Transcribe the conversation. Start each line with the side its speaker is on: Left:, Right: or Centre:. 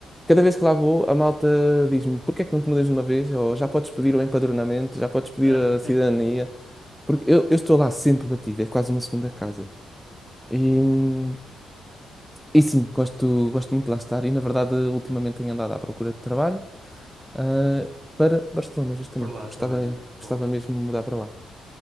Centre: cada vez que lá vou, a malta diz-me: porque é que não te mudas de uma vez? Ou já podes pedir o empadronamento, já podes pedir
Right: <laughs>
Centre: a cidadania. Porque eu, eu estou lá sempre batido, é quase uma segunda casa. E, hum, e sim, gosto, gosto muito de lá estar. E na verdade, ultimamente tenho andado à procura de trabalho, ah, para Barcelona, justamente,
Right: Por lá
Centre: porque
Right: também,
Centre: gostava,
Right: né? Boa.
Centre: gostava mesmo de mudar para lá.